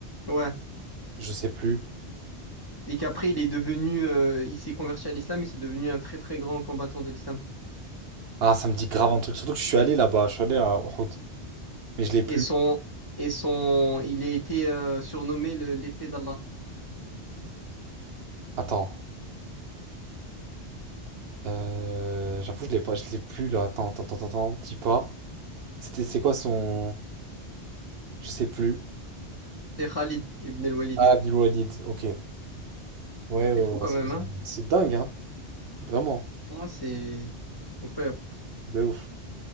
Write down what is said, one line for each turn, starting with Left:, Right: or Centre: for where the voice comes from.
Left: Ouais.
Right: Je sais plus.
Left: Et qu'après, il est devenu, euh, il s'est converti à l'islam et c'est devenu un très, très grand combattant de l'islam.
Right: Ah, ça me dit grave un truc. Surtout que je suis allé là-bas, je suis allé à Uhud. Mais je l'ai plus.
Left: Et son, et son, il a été euh, surnommé le- l'épée d'Allah.
Right: Attends. Euh, j'avoue, je l'ai pas, je l'ai plus là. Attends, attends, attends, attends, dis pas. C'était, c'est quoi son. Je sais plus.
Left: C'est Khalid ibn al-Walid.
Right: Ah, Abdul Walid, ok. Ouais, ouais,
Left: C'est
Right: ouais,
Left: fou quand
Right: c'est
Left: même, hein?
Right: c'est dingue, hein. Vraiment,
Left: Pour Moi, c'est incroyable.
Right: de ouf.